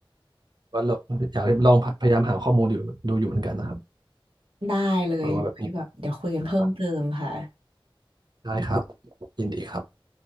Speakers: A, on the right; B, on the right.
A: ว่าเราอยากลองพยายามหาข้อมูลอยู่ดูอยู่เหมือนกันนะครับ
B: ได้เลยไว้แบบเดี๋ยวคุยกันเพิ่มเติมค่ะ
A: เออว่าแบบนี้ใช่ปะได้ครับยินดีครับ